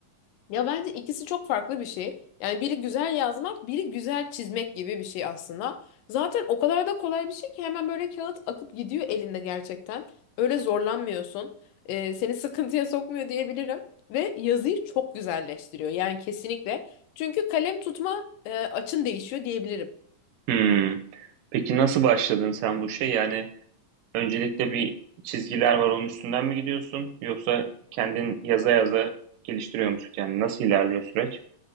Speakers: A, on the left; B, on the right.
A: Ya bence ikisi çok farklı bir şey. Yani biri güzel yazmak, biri güzel çizmek gibi bir şey aslında. Zaten o kadar da kolay bir şey ki hemen böyle kağıt akıp gidiyor elinde gerçekten. Öyle zorlanmıyorsun. Ee, seni sıkıntıya sokmuyor diyebilirim. Ve yazıyı çok güzelleştiriyor. Yani kesinlikle. Çünkü kalem tutma e, açın değişiyor diyebilirim.
B: Hmm. Peki nasıl başladın sen bu şey? Yani öncelikle bir çizgiler var onun üstünden mi gidiyorsun? Yoksa kendin yaza yaza geliştiriyor musun kendini? Nasıl ilerliyor süreç?